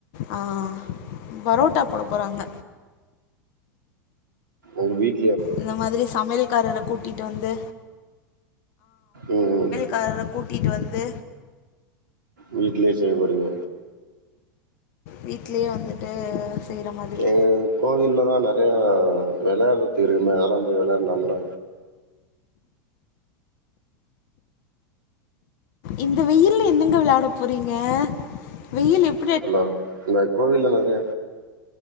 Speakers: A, on the left; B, on the right.
A: ஆ பரோட்டா போட போறாங்க
B: ஒங்க வீட்
A: இந்த மாதிரி சமையல் காரற கூட்டிட்டு வந்து
B: உம் உம்
A: காரற கூட்டிட்டு வந்து
B: வீட்லே செய்ய போறீங்க
A: வீட்லே வந்துட்டு செய்ற மாதிரி
B: எங்க கோவில்ல தா நெறையா வெளையாடுறதுக்கு இருக்குமே அதாலாம் போயி வெளையாடலாம்ல
A: இந்த வெயில்ல என்னங்க விளாட போறீங்க வெயில் எப்ப
B: ஹலோ இந்த கோவில்ல நெறைய